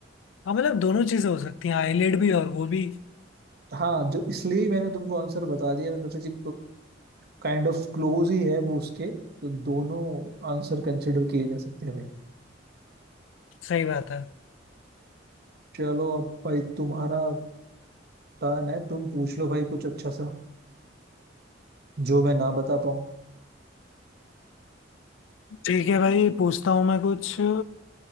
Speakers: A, on the left; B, on the right.
A: हाँ मतलब दोनों चीजें हो सकती हैं आईलेड भी और वो भी
B: हाँ जो इसलिए ही मैंने तुमको आंसर बता दिया मैं सोचा कि काइंड ऑफ क्लोज ही है वो उसके तो दोनों आंसर कंसिडर किए जा सकते हैं भाई
A: सही बात है
B: चलो अब भाई तुम्हारा टर्न है तुम पूछ लो भाई कुछ अच्छा सा जो मैं ना बता पाऊँ
A: ठीक है भाई पूछता हूँ मैं कुछ अ,